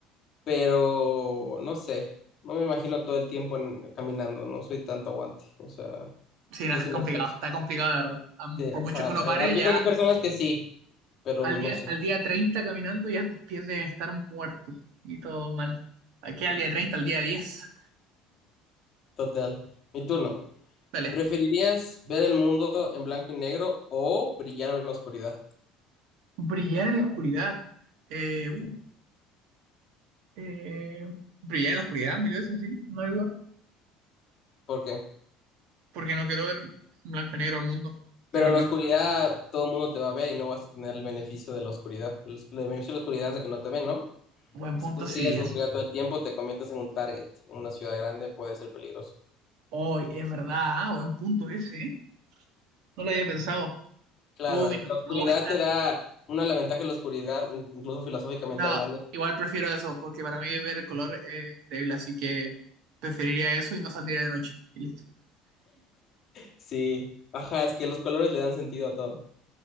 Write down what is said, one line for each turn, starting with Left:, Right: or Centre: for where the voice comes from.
Left: pero no sé, no me imagino todo el tiempo en- caminando, no soy tanto aguante, o sea,
Right: Sí, no,
Left: yo
Right: es
Left: sí
Right: complicado,
Left: me canso.
Right: está complicado, la verdad. Am-
Left: Sí,
Right: Por
Left: ajá,
Right: mucho que uno
Left: eh,
Right: pare,
Left: ah, Yo
Right: ya
Left: creo que hay personas que sí, pero
Right: al
Left: no
Right: día,
Left: sé,
Right: al día 30 caminando, ya tus pies deben estar muertos y todo mal. Aquí al día 30 al día diez
Left: total. Mi turno.
Right: Dale.
Left: ¿Preferirías ver el mundo en blanco y negro o brillar en la oscuridad?
Right: Brillar en la oscuridad. Eh, uh, eh, brillar en la oscuridad, mil veces, sí, no hay duda.
Left: ¿Por qué?
Right: Porque no quiero ver en blanco y negro al mundo.
Left: Pero
Right: Quiero verlo.
Left: en la oscuridad todo el mundo te va a ver y no vas a tener el beneficio de la oscuridad. El, el beneficio de la oscuridad es de que no te ven, ¿no?
Right: Buen
Left: Si
Right: punto,
Left: tú brillas
Right: sí,
Left: en
Right: eso.
Left: la oscuridad todo el tiempo, te conviertes en un target. En una ciudad grande puede ser peligroso.
Right: Hoy, es verdad, ah, buen punto ese, ¿eh? No lo había pensado.
Left: Claro,
Right: Uy, no,
Left: la oscuridad
Right: no, está
Left: te da una la ventaja de la oscuridad, in- incluso filosóficamente
Right: No,
Left: hablando.
Right: igual prefiero eso, porque para mí ver el color es increíble, así que preferiría eso y no saldría de noche. Y listo.
Left: Sí, ajá, es que los colores le dan sentido a todo.